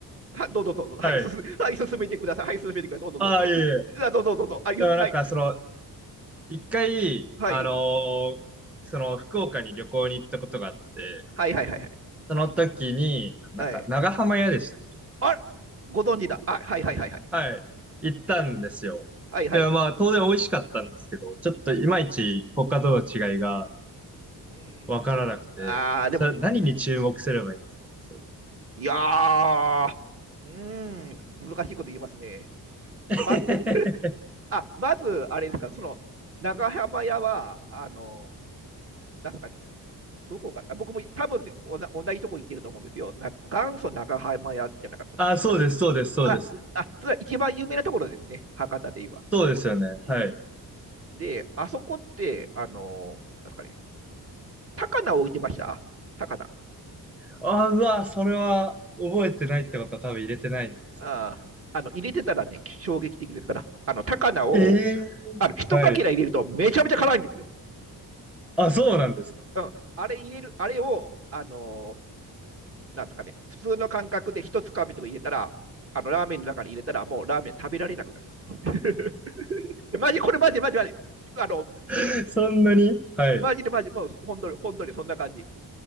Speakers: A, on the right (about 35°); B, in the centre.
A: はどうぞどうぞ、はい、
B: はい。
A: 進はい、進めてください、はい、進めてください、どうぞどうぞ、
B: ああ、いえいえ。だか
A: あどうぞどうぞ、あ言っはい、
B: らなんかその、一回、
A: はい、
B: あのーその福岡に旅行に行ったことがあって、
A: はい、はい、はい、
B: その時に、なんか長浜屋でしたっけ
A: はい、あご存知だ、あはい、はい、はい、は
B: はい。行ったんですよ。
A: い、はい、はい、
B: で、
A: はい、
B: まあ当然美味しかったんですけど、ちょっといまいち他との違いが
A: うーん、
B: わからなくて、
A: あー、でも、
B: それ何に注目すればいいんですかね、それ。
A: いやー、うーん、難しいこと言いますね。
B: <laughs>
A: ま <laughs> あまず、あれですか、その長浜屋は、あの、なんすかね、どこか、あ僕も多分でおな同じとこ行ってると思うんですよ。なんか元祖長浜屋じゃなかったですか。
B: あ、そうです、そうです、そうです。
A: あ、あ、それは一番有名なところですね、博多でい
B: そうですよね。
A: うん。
B: はい。
A: で、あそこって、あのなんですかね、高菜を置いてました高菜。
B: あ、うわ、それは覚えてないってことは多分入れてないんですよね。
A: ああの、入れてたらね、衝撃的ですから、あの、高菜を、
B: ええーはい。
A: あの、一かけら入れるとめちゃめちゃ辛いんですよ。
B: あ、そうなんですか。
A: うん。あれ入れる、あれを、あのなんですかね、普通の感覚で一つかみとか入れたら、あの、ラーメンの中に入れたら、もうラーメン食べられなくなりますね。<laughs> マジ、これマジ、マジ、マジ。あの、
B: <laughs> そんなにはい。
A: マジでマジ、もう本当に、本当にそんな感じ。